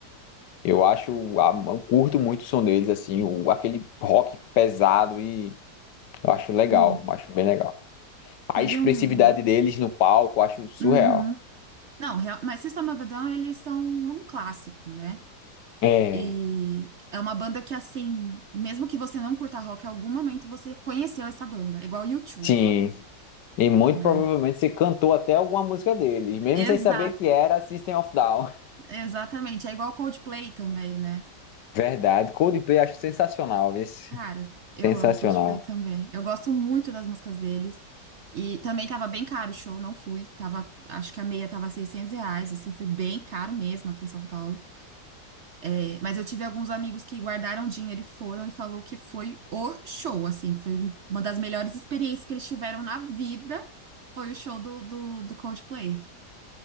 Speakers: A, on the left (about 85°); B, on the right (about 60°).
A: Eu acho, a- eu curto muito o som deles, assim, o- aquele rock pesado e eu acho legal,
B: Sim.
A: eu acho bem legal.
B: Teve
A: A expressividade
B: um.
A: deles no palco, eu acho surreal.
B: Uhum. Não, real- mas System of a Down, eles são um clássico, né?
A: É,
B: E é uma banda que, assim, mesmo que você não curta rock, em algum momento você conheceu essa banda. É igual U2,
A: sim. E muito
B: né?
A: provavelmente você cantou até alguma música deles, mesmo
B: Exato,
A: sem saber que era System of Down.
B: exatamente. É igual Coldplay também, né?
A: <laughs> Verdade, Coldplay acho sensacional, esse
B: Cara, eu
A: sensacional.
B: amo Coldplay também. Eu gosto muito das músicas deles. E também tava bem caro o show, não fui. Tava, acho que a meia tava 600 reais, assim, foi bem caro mesmo aqui em São Paulo. É, Mas eu tive alguns amigos que guardaram dinheiro e foram e falou que foi o show, assim, foi uma das melhores experiências que eles tiveram na vida, foi o show do, do, do Coldplay.